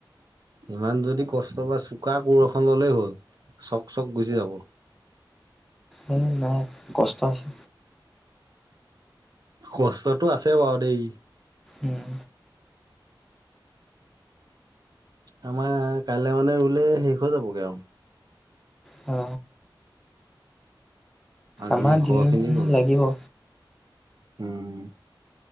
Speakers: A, on the right; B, in the centre.
A: ইমান যদি কষ্ট বা চোকা কোৰ এখন ল'লেই হ'ল চক চক গুচি যাব।
B: উম নাই কষ্ট আছে্
A: কষ্টটো আছে বাৰু দেই।
B: উম
A: আমাৰ কাইলৈ মানে ৰুলে শেষ হৈ যাবগৈ আৰু।
B: অ
A: আজি
B: আমাৰ
A: সৰহ
B: দিন
A: খিনি গ'ল
B: লাগিব।
A: উম